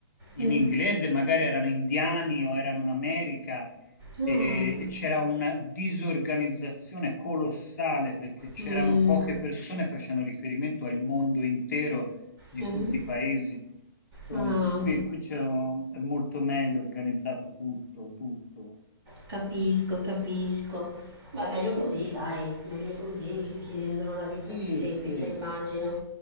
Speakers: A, on the left; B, on the right.
A: in
B: Mm.
A: inglese, magari erano indiani o erano in America
B: Ah.
A: e, e c'era una disorganizzazione colossale perché c'erano
B: Mm,
A: poche persone, facendo riferimento al mondo intero di
B: mhm.
A: tutti i paesi. Insomma,
B: Ah.
A: qui, qui c'è un- è molto meglio organizzato tutto, tutto.
B: Capisco, capisco. Beh, meglio così, dai, meglio così che ci rendono la vita
A: Sì,
B: più semplice,
A: sì,
B: immagino.